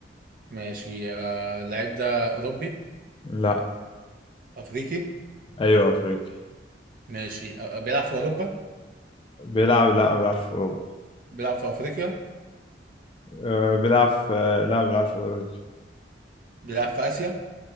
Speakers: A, on the right; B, on the left.
A: ماشي آه، اللعيب ده اوروبي
B: لا
A: افريقي
B: أيوه أفريقي
A: ماشي آه، بيلعب في اوروبا
B: بيلعب لا ما بيلعبش في أوروبا
A: بيلعب في افريقيا
B: أه، بيلعب في أه، لا ما بيلعبش في أوروبا
A: بيلعب في اسيا